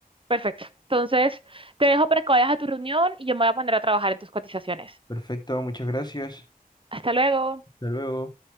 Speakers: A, on the right; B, on the left.
A: Perfecto. Entonces te dejo para que vayas a tu reunión y yo me voy a poner a trabajar en tus cotizaciones.
B: Perfecto, muchas gracias.
A: Hasta luego.
B: Hasta luego.